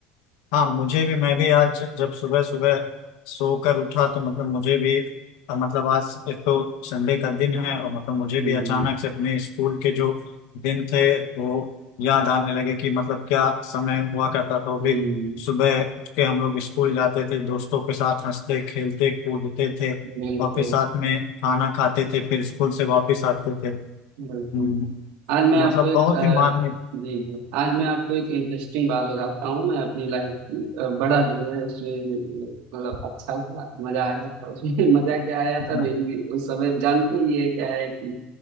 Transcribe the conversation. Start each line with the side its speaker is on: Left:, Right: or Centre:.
Left: हाँ मुझे भी मैं भी आज जब सुबह सुबह सोकर उठा तो मतलब मुझे भी अ, मतलब आज एक तो संडे का दिन है और मतलब मुझे
Right: हम्म
Left: भी अचानक से अपने स्कूल के जो दिन थे वो याद आने लगे कि मतलब क्या समय हुआ करता था वो
Right: हम्म
Left: भी सुबह उठ के हम लोग स्कूल जाते थे दोस्तों के साथ हंसते खेलते कूदते थे
Right: बिल्कुल
Left: और फिर साथ में खाना खाते थे फिर स्कूल से वापस आते थे
Right: बिल्कुल
Left: हम्म,
Right: आज मैं आपको
Left: मतलब
Right: एक
Left: बहुत
Right: अ,
Left: ही माननीय
Right: जी जी आज मैं आपको एक इंटरेस्टिंग बात बताता हूँ मैं अपनी लाइफ की अ, बड़ा जो है उसमें मतलब अच्छा हुआ मजा आया था उसमें <laughs> मजा क्या आया
Left: हाँ
Right: था मेरी भी उस समय जानते ही है क्या है कि